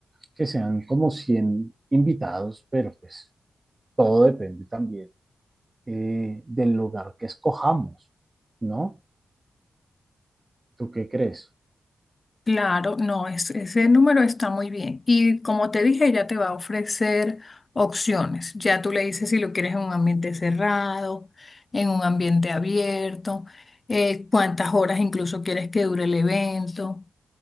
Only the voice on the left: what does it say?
Claro, no, es- ese número está muy bien. Y como te dije, ya te va a ofrecer opciones. Ya tú le dices si lo quieres en un ambiente cerrado, en un ambiente abierto, eh, cuántas horas incluso quieres que dure el evento.